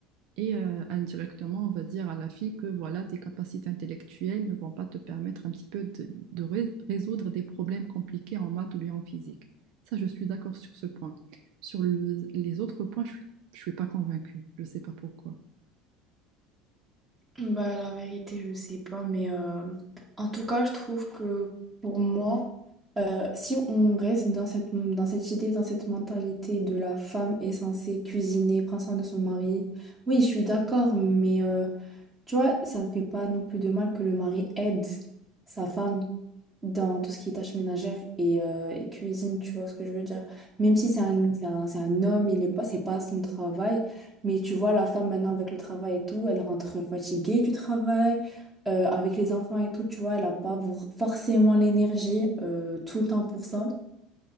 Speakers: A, on the right; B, on the right.
A: Et euh, indirectement, on va dire à la fille que voilà, tes capacités intellectuelles ne vont pas te permettre un petit peu de, de ré- résoudre des problèmes compliqués en maths ou bien en physique. Ça, je suis d'accord sur ce point. Sur le- les autres points, je ne suis je suis pas convaincue. Je ne sais pas pourquoi.
B: Bah, la vérité, je sais pas, mais euh, en tout cas, je trouve que pour moi, Euh, si on reste dans cette, dans cette idée, dans cette mentalité de la femme est censée cuisiner, prendre soin de son mari, oui, je suis d'accord, mais euh, Tu vois, ça ne fait pas non plus de mal que le mari aide sa femme dans tout ce qui est tâches ménagères et, euh, et cuisine, tu vois ce que je veux dire. Même si c'est un, c'est un, c'est un homme, il est pas, c'est pas son travail, mais tu vois, la femme maintenant avec le travail et tout, elle rentre fatiguée du travail, euh, avec les enfants et tout, tu vois, elle n'a pas vor- forcément l'énergie euh, tout le temps pour ça.